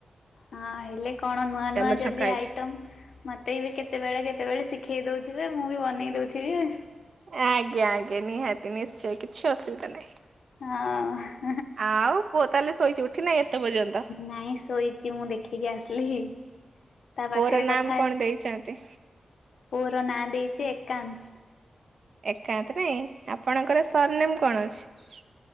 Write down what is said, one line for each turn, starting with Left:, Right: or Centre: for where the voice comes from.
Left: ହଁ ହେଲେ କଣ ନୂଆ
Right: ତେଲ
Left: ନୂଆ ଯଦି
Right: ଛଙ୍କା ହେଇଛି
Left: ଆଇଟମ ମତେ ବି କେତେବେଳେ କେତେବେଳେ ଶିଖେଇ ଦଉଥିବେ ମୁଁ ବି ବନେଇ ଦଉଥିବି।
Right: ଆଜ୍ଞା ଆଜ୍ଞା ନିହାତି ନିଶ୍ଚୟ କିଛି ଅସୁବିଧା ନାହିଁ।
Left: ଆଉ ହଁ।
Right: ଆଉ ପୁଅ ତାହେଲେ ଶୋଇଚି। ଉଠୀ ନାଇ ଏତେ ପର୍ଯ୍ୟନ୍ତ।
Left: ନାଇଁ ଶୋଇଚି ମୁଁ ଦେଖିକି ଆସିଲି। ତା ପାଖରେ
Right: ପୁଅର ନାମ
Left: କଥା ହେଲି।
Right: କଣ ଦେଇଛନ୍ତି।
Left: ପୁଅର ନାଁ ଦେଇଛି ଏକାଂଶ।
Right: ଏକାନ୍ତ ନାଇଁ ଆପଣଙ୍କର ସର ନେମ କଣ ଅଛି।